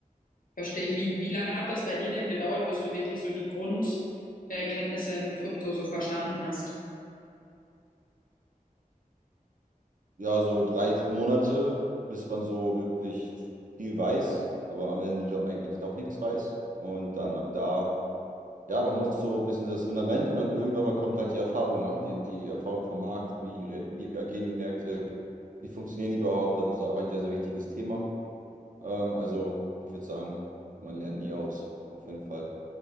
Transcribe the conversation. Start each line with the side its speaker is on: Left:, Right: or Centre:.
Left: Verstehe ich. Wie, wie lange hat das bei dir denn gedauert, bis du wirklich so die Grundkenntnisse äh, Kenntnisse im Krypto so verstanden hast?
Right: Ja, so drei Monate, bis man so wirklich viel weiß, aber am Ende doch eigentlich doch nichts weiß. Und dann ab da, ja, man muss so ein bisschen so das Fundament und dann irgendwann mal kommt halt die Erfahrung, ne? Die, die Erfahrung vom Markt, wie, re- wie agieren die Märkte, wie funktionieren die überhaupt? Das ist auch ein sehr, sehr wichtiges Thema. Ähm, also, ich würde sagen, man lernt nie aus, auf jeden Fall.